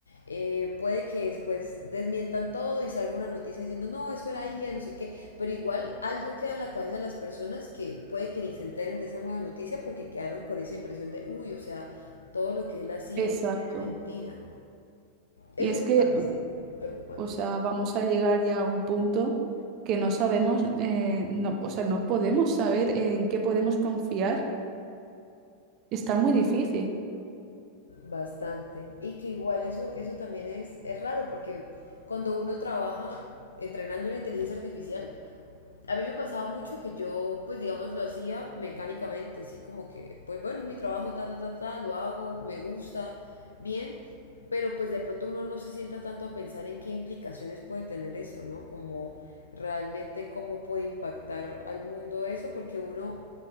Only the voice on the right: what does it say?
Exacto.
Y es
que
O sea, vamos a llegar ya a un punto que no sabemos, eh, no, o sea, no podemos saber en qué podemos confiar. Está muy difícil.